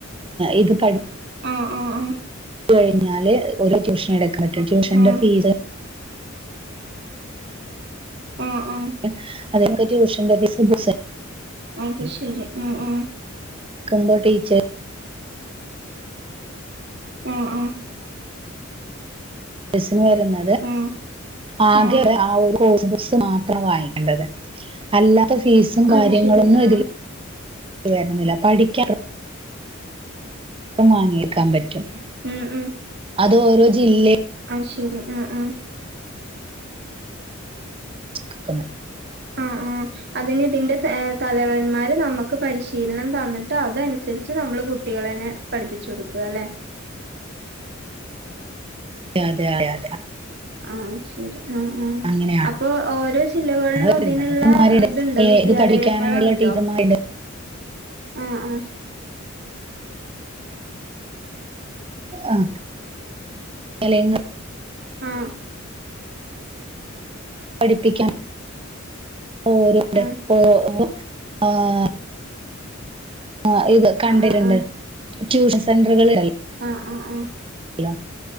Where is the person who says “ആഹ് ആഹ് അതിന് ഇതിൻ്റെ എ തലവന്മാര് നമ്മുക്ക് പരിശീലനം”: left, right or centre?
Right